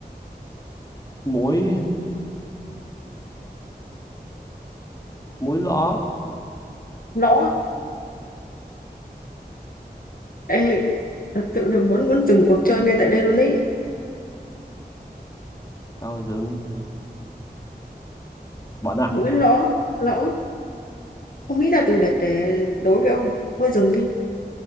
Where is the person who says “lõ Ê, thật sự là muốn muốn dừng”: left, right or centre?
Left